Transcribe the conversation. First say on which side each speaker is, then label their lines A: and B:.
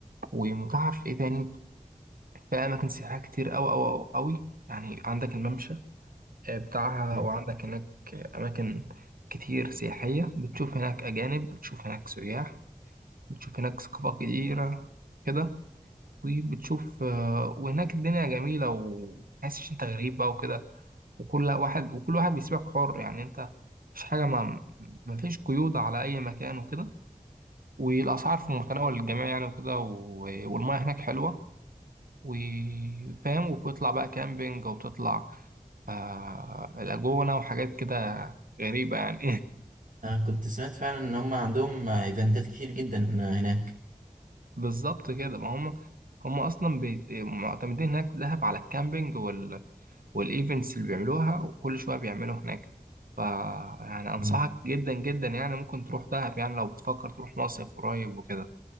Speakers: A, on the right (about 80°); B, on the right (about 65°).
A: ومتاحف في ايه تاني في اماكن سياحيه كتير أوي أوي أوي أوي يعني عندك الممشى آه، بتاعها
B: مم.
A: وعندك هناك اماكن كتير سياحيه بتشوف هناك اجانب بتشوف هناك سياح بتشوف هناك ثقافات كتيره كده وبتشوف آه، وهناك الدنيا جميله ومتحسش انت غريب بقى وكده وكل واحد وكل واحد بيسيبك حر يعني انت مفيش حاجه ما مفيش قيود على اي مكان وكده والاسعار في متناول الجميع يعني وكده و- والمياه هناك حلوه وفاهم وبتطلع بقى كامبينج وبتطلع آه لاجونة وحاجات كده غريبة يعني
B: انا كنت سمعت فعلا ان هما عندهم آه، ايفنتات كتير جدا هناك
A: <laughs> بالظبط كده ما هم هم أصلا بيت- معتمدين هناك دهب على الكامبينج وال... والإيفنتس اللي بيعملوها وكل شوية بيعملوا هناك ف يعني أنصحك
B: مم.
A: جدا جدا يعني ممكن تروح دهب يعني لو بتفكر تروح مصيف قريب وكده